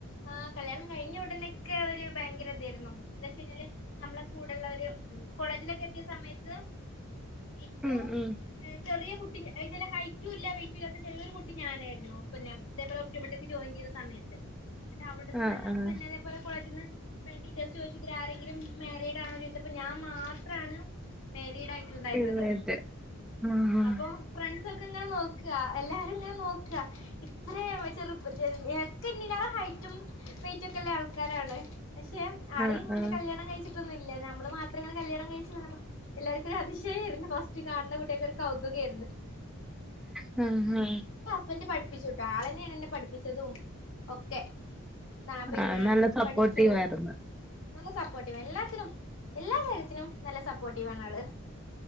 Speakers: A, on the left; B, in the centre.
A: ആഹ് കല്യാണം കഴിഞ്ഞ ഉടനെക്കെ ഒരു ഭയങ്കര ഇതായിരുന്നു എന്താ വെച്ച കഴിഞ്ഞാല്. നമ്മളെ കൂടെള്ളോർ കോളജിലൊക്കെ എതിയാ സമയത്ത് ഏറ്റവും
B: ഉം ഉം
A: ചെറിയ കുട്ടി ഹൈറ്റും ഇല്ല വെയിറ്റും ഇല്ലാത്ത ചെിയൊരു കുട്ടി ഞാനായിരുന്നു പിന്നെ ഇതേപോല ഓപ്റ്റോമെത്രിക്ക് ജോയിൻ ചെയ്ത സമയത്ത്. പിന്നെ അവിടുന്ന്
B: ആഹ് ആഹ്
A: പിന്നെ ഇതെപോലെ കോളേജിൽ നിന്ന് ടീച്ചേഴസ് ചോദിച്ചു തിൽ ആരെങ്കിലും മാരീഡ് ആണോ ചോദിച്ചപ്പോ ഞാൻ മാത്രമാണ്. മേരീഡ് ആയിട്ടുണ്ടായിരുന്നത്
B: എഴുന്നേറ്റ് ആഹ്
A: അപ്പൊ ഫ്രണ്ട്സ്. ഫ്രൻഡ്‌സൊക്കെ ഇങ്ങെനെ നോക്കാ എല്ലാരും ഇങ്ങനെ നോക്കാ. ഇത്ര ചെറുപ്പെ ഒക്കെ ഇന്നിലേറെ ഹൈറ്റും വെറ്റും ഒക്കെള്ള ആൾക്കാരാണ്. പക്ഷെ ആരെയും
B: ആഹ്
A: ഇങ്ങനെ
B: ആഹ്
A: കല്യാണം കഴിച്ചി നമ്മള് മാത്ര കല്യാണം കഴിച്ചു വന്നപ്പോ എല്ലാവർക്കും ഒരു അതിശയയിരുന്നു ഫസ്റ്റ് കാണുന്ന കുട്ട്യാൾക്ക്. കൗതുകേർന്നു.
B: മ്മ് ഹ്.
A: ഹസ്ബൻ്റ് പഠിപ്പിച്ചുട്ടോ ആളന്നെയാണ് എന്നെ പഠിപ്പിച്ചതും ഒക്കെ ആ പിന്നെ
B: ആഹ് നല്ല സപ്പോർട്ടീവ്
A: പഠിച്ചു.
B: ആയിരുന്നു
A: നല്ല സപ്പോർട്ടീവ് എല്ലാത്തിനും എല്ലാ കാര്യത്തിനും നല്ല സപ്പോർട്ടീവണ് ആള്.